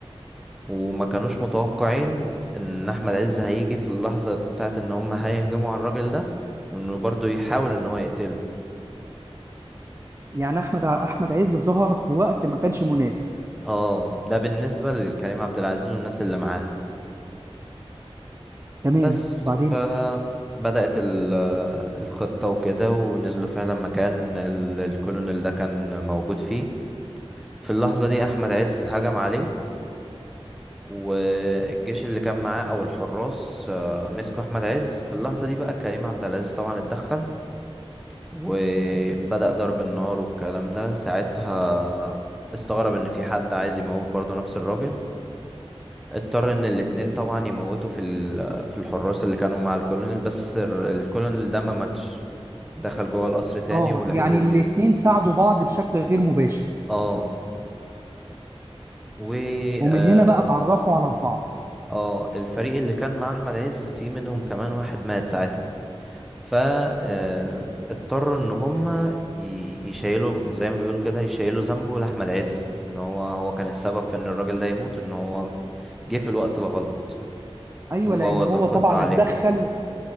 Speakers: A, in the centre; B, on the right.
A: وما كانوش متوقعين ان احمد عز هيجي في اللحظة بتاعت ان هم هيهجموا على الراجل ده وانه برضه يحاول ان هو يقتله
B: يعني احمد احمد عز ظهر في وقت ما كانش مناسب
A: اه ده بالنسبة لكريم عبد العزيز والناس اللي معاه
B: تمام
A: بس
B: وبعدين
A: ف بدأت ال- الخطة وكده ونزلوا فعلا مكان ال- الكولونيل ده كان موجود فيه في اللحظة دي أحمد عز هجم عليه والجيش اللي كان معاه أو الحراس آه، مسكوا أحمد عز في اللحظة دي بقى كريم عبد العزيز طبعا اتدخل وبدأ ضرب النار والكلام ده ساعتها استغرب ان في حد عايز يموت برضه نفس الراجل اضطر ان الاتنين طبعا يموتوا في ال- في الحراس اللي كانوا مع الكولونيل بس ال- الكولونيل ده ما ماتش دخل جوه القصر تاني
B: اه
A: ولحقوه
B: يعني الاتنين
A: يعني
B: ساعدوا بعض بشكل غير مباشر
A: اه و اه
B: ومن هنا بقى اتعرفوا على بعض
A: آه، الفريق اللي كان مع احمد عز في منهم كمان واحد مات ساعتها فاضطروا ان هم ي- يشيلوا زي ما بيقولوا كده يشيلوا ذنبه لاحمد عز ان هو هو كان السبب في ان الراجل ده يموت ان هو جه في الوقت الغلط
B: ايوه
A: وبوظ
B: لان هو
A: الخطة
B: طبعا
A: عليهم
B: اتدخل